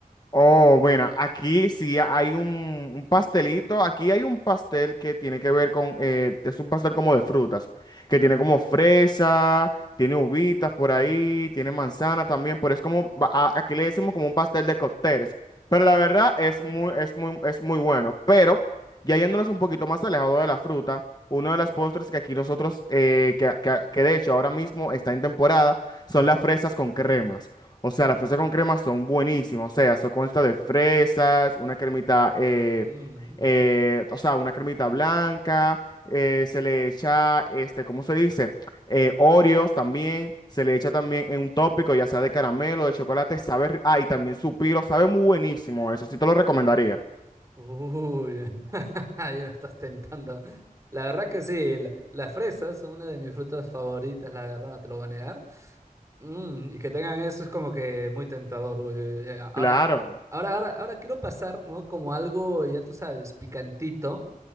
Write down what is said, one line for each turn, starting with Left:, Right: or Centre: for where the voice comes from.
Left: Oh, bueno, aquí sí hay un, un pastelito. Aquí hay un pastel que tiene que ver con, eh, es un pastel como de frutas, que tiene como fresa, tiene uvitas por ahí, tiene manzana también, pero es como, va- a- aquí le decimos como un pastel de cócteles. Pero la verdad es muy, es muy, es muy bueno. Pero ya yéndonos un poquito más alejado de la fruta, uno de los postres que aquí nosotros, eh, que, que que de hecho ahora mismo está en temporada,
Right: Ujú.
Left: son las fresas con crema. O sea, las fresas con crema son buenísimas. O sea, eso consta de fresas, una cremita, eh,
Right: Mm.
Left: eh, o sea, una cremita blanca. eh, se le echa, este, ¿cómo se dice? Eh, Oreos también. Se le echa también en un tópico, ya sea de caramelo, de chocolate. Sabe, ri- ah, y también su piro, sabe muy buenísimo. Eso sí te lo recomendaría.
Right: Uy, <laughs> ahí me estás tentando. La verdad que sí, la- las fresas son una de mis frutas favoritas, la verdad, no te lo voy a negar. Mm, y que tengan eso es como que muy tentador. uy, uy, uy. Ahora,
Left: Claro,
Right: ahora, ahora, ahora quiero pasar, ¿no? Como algo, ya tú sabes, picantito,